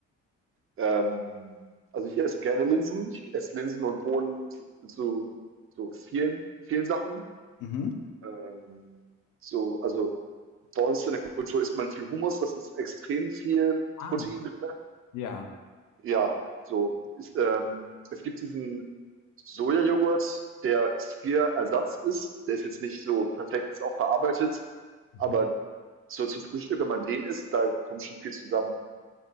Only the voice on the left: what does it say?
Mhm.
Ah,
ja.
Mhm.